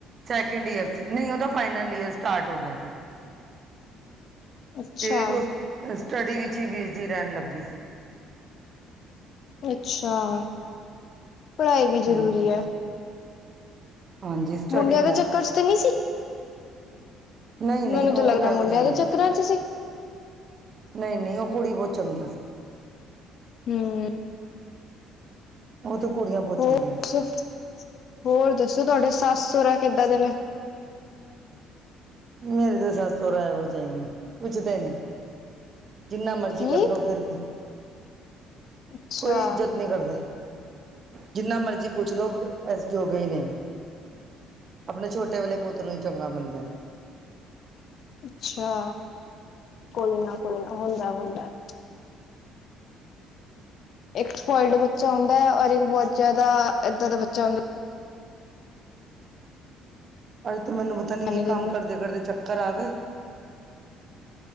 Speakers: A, on the right (about 45°); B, on the left (about 60°).
A: ਸੈਕਿੰਡ ਈਅਰ ਸੀ, ਨਈ ਓਦਾ ਫਾਈਨਲ ਈਅਰ ਸਟਾਰਟ ਹੋ ਗਿਆ ਸੀ।
B: ਅੱਛਾ
A: ਤੇ ਉਫ, ਸਟੱਡੀ ਵਿੱਚ ਇ ਬਿਜ਼ੀ ਰੈਣ ਲੱਗੀ ਸੀ।
B: ਅੱਛਾ, ਪੜ੍ਹਾਈ ਵੀ
A: ਹਾਂਜੀ
B: ਜਰੂਰੀ ਹੈ।
A: ਹਾਂਜੀ ਸਟੱਡੀ
B: ਮੁੰਡਿਆਂ ਦੇ ਚੱਕਰ ਚ ਤੇ ਨਈ ਸੀ
A: ਨਈ-ਨਈ
B: ਮੈਨੂੰ
A: ਓ
B: ਤਾਂ ਲੱਗਦਾ
A: ਐਵੋ
B: ਮੁੰਡਿਆਂ
A: ਜੇਹੀ
B: ਦੇ
A: ਨਈ
B: ਚੱਕਰਾਂ
A: ਸੀ
B: ਚ
A: ਨਈ-ਨਈ ਓ ਕੁੜੀ ਬੋਤ ਚੰਗੀ ਸੀ।
B: ਹੂੰ।
A: ਉਹ ਤਾਂ ਕੁੜੀਆਂ ਬਹੁਤ
B: ਹੋਰ
A: ਚੰਗੀਆਂ ਸੀ
B: ਦੱਸੋ, ਹੋਰ ਦੱਸੋ ਤੁਹਾਡੇ ਸੱਸ-ਸੋਰਾ ਕਿੱਦਾਂ ਦੇ ਨੇ?
A: ਮੇਰੇ ਤੇ ਸੱਸ ਸੌਰਾ ਐਵੇ ਜਹੀ ਨਹੀਂ ਪੁਛਦੇ ਨਹੀਂ। ਜਿੰਨਾ ਮਰਜ਼ੀ
B: ਕੀ
A: ਕਰਲੋ ਫੇਰ ਵੀ
B: ਅੱਛਾ
A: ਕੋਈ ਇਜਤ ਨਹੀਂ ਕਰਦੇ ਜਿੰਨਾ ਮਰਜ਼ੀ ਪੁੱਛ ਲਓ ਐਸੇ ਜੋਗੇ ਨਹੀਂ। ਆਪਣੇ ਛੋਟੇ ਵਾਲੇ ਪੁੱਤਰ ਨੂੰ ਹੀ ਚੰਗਾ ਮੰਨਦੇ।
B: ਅੱਛਾ ਕੋਈ ਨਾ ਕੋਈ ਨਾ ਹੁੰਦਾ, ਹੁੰਦਾ। ਇੱਕ ਸਪੋਇਲਡ ਬੱਚਾ ਹੁੰਦਾ ਹੈ ਔਰ ਇੱਕ ਬੋਤ ਜਾਦਾ ਏਦਾਂ ਦਾ ਬੱਚਾ ਹੁੰਦਾ।
A: ਅਜ ਤਾਂ ਮੈਨੂੰ ਪਤਾ
B: ਧਿਆਨ
A: ਨ ਕੀ
B: ਨਹੀਂ ਦਿੰਦਾ
A: ਕੰਮ ਕਰਦੇ, ਕਰਦੇ ਚੱਕਰ ਆ ਗਏ।